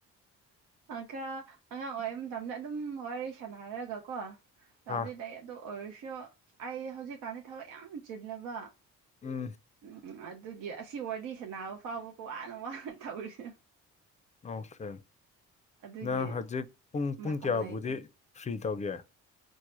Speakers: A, on the right; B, on the left.
A: ꯈꯔ ꯑꯉꯥꯡ ꯑꯣꯏꯔꯤꯩ ꯃꯇꯝꯗ ꯑꯗꯨꯝ ꯋꯥꯔꯤ ꯁꯥꯟꯅꯔꯒ ꯀꯣ ꯌꯥꯥꯎꯗꯤ
B: ꯑꯥ
A: ꯂꯩ ꯑꯗꯨ ꯑꯣꯏꯔꯁꯨ ꯑꯩ ꯍꯧꯖꯤꯛꯀꯥꯟꯗꯤ ꯊꯕꯛ ꯌꯥꯝ ꯆꯤꯜꯂꯕ
B: ꯎꯝ
A: ꯎꯝ ꯑꯗꯨꯒꯤ ꯑꯁꯤ ꯋꯥꯔꯤ ꯁꯅꯕ ꯐꯥꯎꯕ ꯋꯥꯅ ꯋꯥꯅ ꯇꯧꯔꯤꯅ
B: ꯑꯣꯀꯦ
A: ꯑꯗꯨꯒꯤ
B: ꯅꯪ ꯍꯧꯖꯤꯛ ꯄꯨꯡ ꯄꯨꯡ
A: ꯃꯇꯝ
B: ꯀꯌꯥꯕꯨꯗꯤ
A: ꯂꯩꯇꯦ
B: ꯐ꯭ꯔꯤ ꯇꯧꯒꯦ